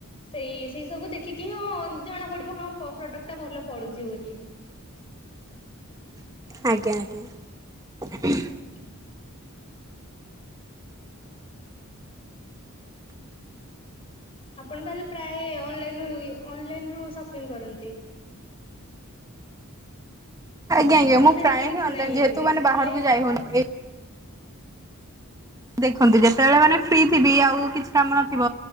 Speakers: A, on the left; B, on the right.
A: ସେଇ ସେଇ ସବୁ ଦେଖିକି ହଁ ଜଣା ପଡିବ ହଁ ପ୍ରଡକ୍ଟ ଟା ଭଲ ପଡୁଛି ବୋଲି।
B: ଆଜ୍ଞା ଆଜ୍ଞା।
A: <inaudible> ଆପଣ ତାହେଲେ ପ୍ରାୟ ଅନଲାଇନରୁ ଅନଲାଇନ ରୁ ସପିଂ କରନ୍ତି।
B: ଆଜ୍ଞା ଆଜ୍ଞା
A: ନା
B: ମୁଁ
A: ସେମିତି
B: ପ୍ରାୟ
A: କିଛି
B: ହି ଅନଲାଇନ
A: ନାହିଁ
B: ଯେହେତୁ
A: ଇଚ୍ଛା
B: ମାନେ
A: ହେଲେ
B: ବାହାରକୁ ଯାଇ ହଉନି। ଦେଖନ୍ତି ଯେତେବେଳେ ମାନେ ଫ୍ରି ଥିବି ଆଉ କିଛି କାମ ନଥିବ।